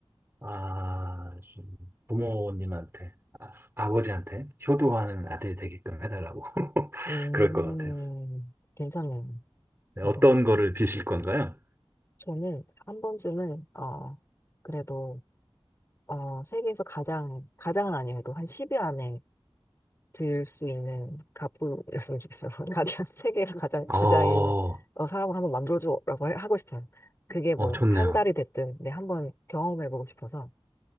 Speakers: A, on the right; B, on the left.
A: 아, 좀 부모님한테, 아, 아버지한테 효도하는 아들이 되게끔 해달라고. <laughs>
B: 음,
A: 그럴 것 같아요.
B: 괜찮네요.
A: 네,
B: 괜찮아요.
A: 어떤 거를 비실 건가요?
B: 저는 한 번쯤은, 어, 그래도, 어, 세계에서 가장, 가장은 아니어도 한 10위 안에 들 수 있는 갑부였으면 좋겠어요. <laughs> 가장, 세계에서 가장
A: 어,
B: 부자인 어, 사람을 한번 만들어주라고 해- 하고 싶어요. 그게 뭐,
A: 어, 좋네요.
B: 한 달이 됐든, 네, 한번 경험해보고 싶어서.